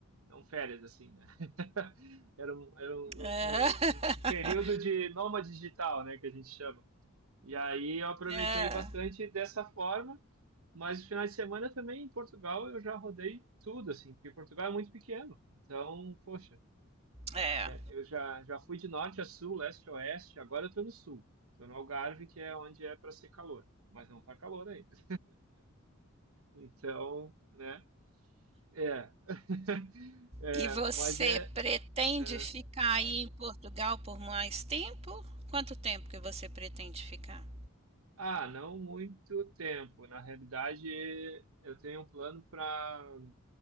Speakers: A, on the right (about 85°); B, on the right (about 30°).
A: Não férias, assim, né? <laughs> Era um, era um,
B: É.
A: um- um-
B: <laughs>
A: um período de nômade digital, né? Que a gente chama. E aí eu aproveitei
B: É.
A: bastante dessa forma, mas no final de semana também em Portugal eu já rodei tudo, assim, porque Portugal é muito pequeno. Então, poxa.
B: é.
A: Eu já, já fui de norte a sul, leste a oeste, agora eu estou no sul. Estou no Algarve, que é onde é para ser calor, mas não está calor aí. <laughs> Então, né? É, <laughs> é,
B: E você
A: mas é,
B: pretende
A: é.
B: ficar aí em Portugal por mais tempo? Quanto tempo que você pretende ficar?
A: Ah, não muito tempo. Na realidade, eu tenho um plano para.